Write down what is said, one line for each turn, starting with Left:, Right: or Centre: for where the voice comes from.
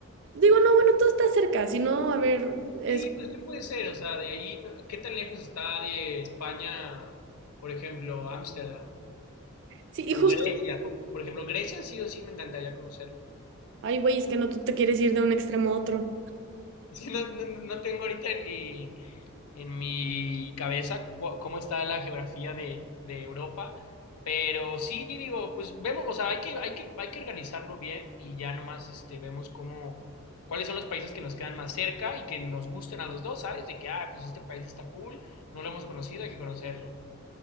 Right: Digo, no, bueno, todo está cerca, si no, a ver, es...
Left: Sí, pues, ¿qué puede ser? O sea, de ahí, no- ¿qué tan lejos está de España, por ejemplo, Ámsterdam?
Right: Sí, y
Left: O
Right: justo...
Left: Grecia, por, por ejemplo, Grecia sí o sí me encantaría conocerlo.
Right: Ay, güey, es que no, tú te quieres ir de un extremo a otro.
Left: Sí, no, no- no tengo ahorita ni, en mi cabeza cu- cómo está la geografía de, de Europa. Pero sí, digo, pues vemos, o sea, hay que, hay que, hay que organizarlo bien y ya nomás este, vemos cómo, cuáles son los países que nos quedan más cerca y que nos gusten a los dos, ¿sabes? De que, ah, pues este país está cool, no lo hemos conocido, hay que conocerlo.